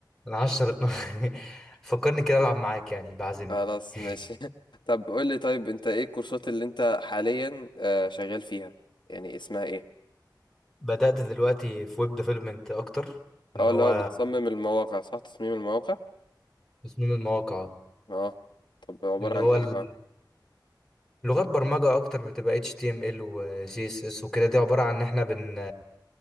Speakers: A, in the centre; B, on the left.
A: انا 10 12 <laughs> فكرني كده العب معاك يعني بعزمني
B: خلاص
A: <laughs>
B: ماشي <laughs> طب قول لي طيب انت ايه الكورسات اللي انت حاليا آه، شغال فيها يعني اسمها ايه
A: بدأت دلوقتي في ويب ديفلوبمنت أكتر إن
B: اه
A: هو
B: اللي هو بتصمم المواقع صح تصميم المواقع
A: تصميم المواقع
B: اه طب عبارة
A: اللي
B: عن
A: هو
B: ايه
A: ال-
B: بقى
A: لغات برمجة أكتر بتبقى HTML و CSS وكده دي عبارة عن إن إحنا بن